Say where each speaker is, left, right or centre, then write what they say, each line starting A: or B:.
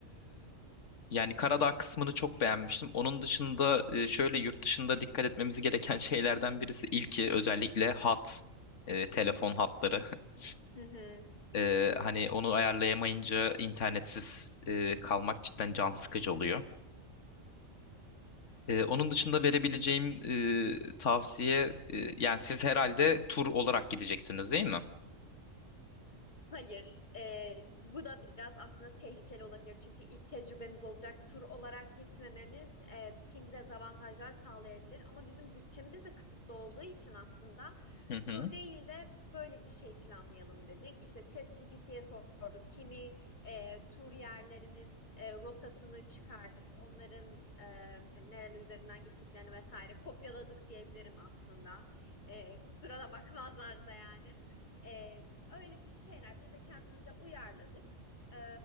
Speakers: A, on the left (about 65°); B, on the left (about 35°).
A: Yani Karadağ kısmını çok beğenmiştim. Onun dışında e, şöyle yurt dışında dikkat etmemiz gereken <laughs> şeylerden birisi ilki özellikle hat, e, telefon hatları. <laughs>
B: Hı hı.
A: E, hani onu ayarlayamayınca internetsiz e, kalmak cidden can sıkıcı oluyor. E, onun dışında verebileceğim e, tavsiye e, yani siz herhalde tur olarak gideceksiniz değil mi?
B: Hayır, e, bu da biraz aslında tehlikeli olabilir. Çünkü ilk tecrübemiz olacak tur olarak gitmememiz e, kimi dezavantajlar sağlayabilir. Ama bizim bütçemiz de kısıtlı olduğu için aslında
A: Hı
B: tur
A: hı.
B: değil de böyle bir şey planlayalım dedik. İşte ChatGPT'ye sorduk. Kimi e, tur yerlerinin e, rotasını çıkardık. Onların e, hani nereler üzerinden gittiklerini vesaire kopyaladık diyebilirim aslında. E, kusura da bakmazlarsa yani. E, Öyle bir şeyler biz de kendimize uyarladık. Ee,